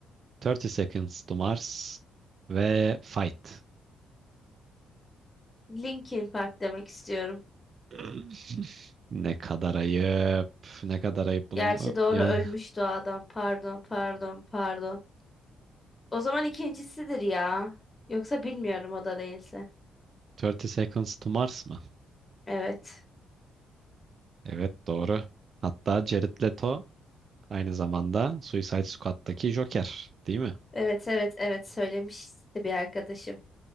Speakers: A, on the right (about 50°); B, on the left (about 25°).
A: 30 Seconds to Mars ve Fight.
B: Linkin Park demek istiyorum.
A: <clears throat> Ne kadar ayıp. Ne kadar ayıp bunu.
B: Gerçi doğru
A: Yani
B: ölmüş o adam. Pardon, pardon, pardon. O zaman ikincisidir ya. Yoksa bilmiyorum o da değilse.
A: 30 Seconds to Mars mı?
B: Evet.
A: Evet doğru. Hatta Jared Leto aynı zamanda Suicide Squad'daki Joker, değil mi?
B: Evet evet evet söylemişti bir arkadaşım.